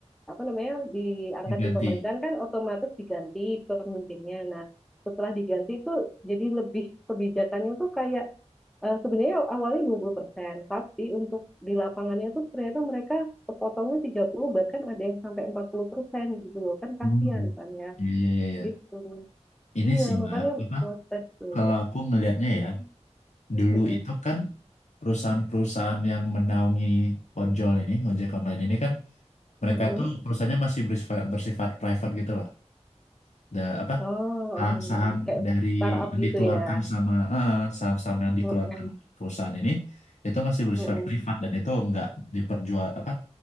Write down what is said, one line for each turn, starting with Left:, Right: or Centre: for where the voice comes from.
Centre: apa namanya diangkat
Left: Diganti.
Centre: di pemerintahan kan otomatis diganti pemimpinnya. Nah, setelah diganti itu jadi lebih kebijakannya tuh kayak eh, sebenarnya awalnya 20%, tapi untuk di lapangannya tuh ternyata mereka kepotongnya tiga puluh bahkan ada yang sampai 40% gitu loh. Kan kasihan
Left: Hmm.
Centre: kan ya.
Left: Iya, iya, iya, iya.
Centre: Gitu.
Left: Ini
Centre: Iya,
Left: sih,
Centre: makanya
Left: Mbak, apa?
Centre: protes tuh.
Left: Kalau aku ngelihatnya ya, dulu
Centre: Mm-mm.
Left: itu kan perusahaan-perusahaan yang menaungi ojol ini, ojek online ini kan, mereka
Centre: Mm-mm.
Left: tuh perusahaannya masih bersifat, bersifat private gitu loh. Da, apa?
Centre: Oh,
Left: Saham-saham
Centre: oh iya. Kayak
Left: dari
Centre: startup
Left: yang
Centre: gitu
Left: dikeluarkan
Centre: ya.
Left: sama, eh, eh, saham-saham yang dikeluarkan
Centre: Mm-mm,
Left: oleh perusahaan ini, itu masih bersifat
Centre: mm-mm.
Left: privat dan itu nggak diperjual, apa?